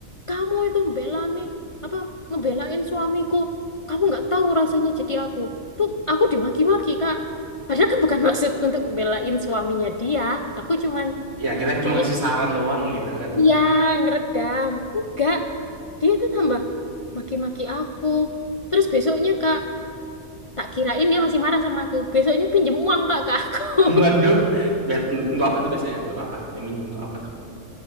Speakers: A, on the left; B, on the right.
A: kamu itu membela nih apa ngebelain suamiku kamu nggak tahu rasanya jadi aku tuh aku dimaki-maki kak padahal kan bukan <laughs> maksudku untuk membelain suaminya dia aku cuman
B: Ya, kita cuma
A: kayak
B: ngasih saran doang gitu kan.
A: iya ngeredam enggak dia tuh tambah maki-maki aku terus besoknya kak tak kirain dia masih marah sama aku besoknya pinjem uang kak ke aku <laughs>
B: Waduh,
A: gimana
B: Bia- untuk apa tuh biasanya? Untuk apa? Minjem untuk apa tuh?